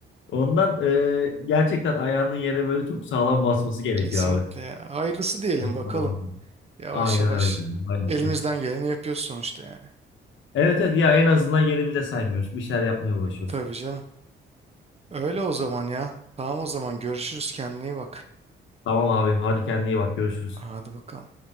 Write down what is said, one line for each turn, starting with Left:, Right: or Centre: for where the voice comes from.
Left: Ondan e, gerçekten ayağının yere böyle çok sağlam basması gerekiyor
Right: Kesinlikle.
Left: abi.
Right: Hayırlısı diyelim
Left: Basmadan
Right: bakalım.
Left: olmuyor.
Right: Yavaş
Left: Aynen
Right: yavaş
Left: öyle. Aynen.
Right: elimizden geleni yapıyoruz sonuçta yani.
Left: Evet evet ya en azından yerimize saymıyoruz. Bir şeyler yapmaya uğraşıyoruz.
Right: Tabii canım. Öyle o zaman ya. Tamam o zaman görüşürüz kendine iyi bak.
Left: Tamam abi hadi kendine iyi bak görüşürüz.
Right: Hadi bakalım.